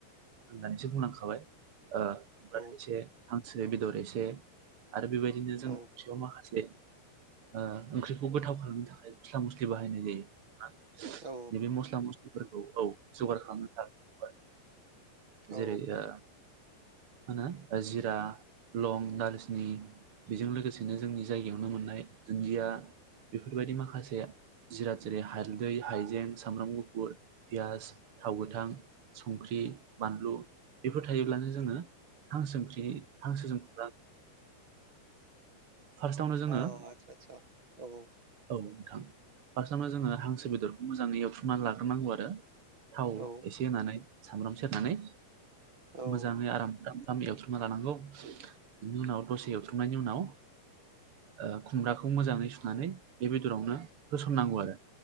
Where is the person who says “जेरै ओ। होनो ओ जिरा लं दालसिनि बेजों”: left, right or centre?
Right